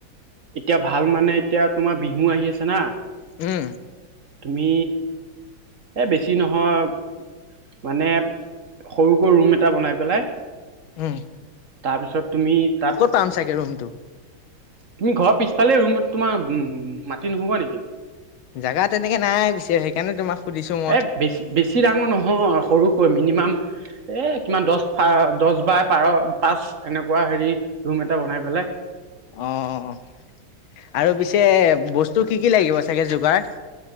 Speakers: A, on the right (about 45°); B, on the left (about 85°).
A: এতিয়া ভাল মানে এতিয়া তোমাৰ বিহু আহি আছে না
B: উম।
A: তুমি। এই বেছি নহয়। মানে সৰুকৈ ৰুম এটা বনাই পেলাই
B: উম।
A: তাৰপিছত তুমি তাত
B: ক'ত পাম চাগে ৰুমটো?
A: তুমি ঘৰৰ পিছফালে ৰুম তোমাৰ উম মাটি নহ'ব নেকি?
B: জাগা তেনেকে নাই পিছে সেইকাৰণে তোমাক সুধিছো মই!
A: এই বেছি বেছি ডাঙৰ নহয় সৰুকৈ মিনিমাম এ', কিমান দশ বা দশ পাৰ পাঁচ এনেকুৱা হেৰি ৰুম এটা বনাই পেলাই।
B: অ' আৰু পিছে বস্তু কি কি লাগিব চাগে যোগাৰ?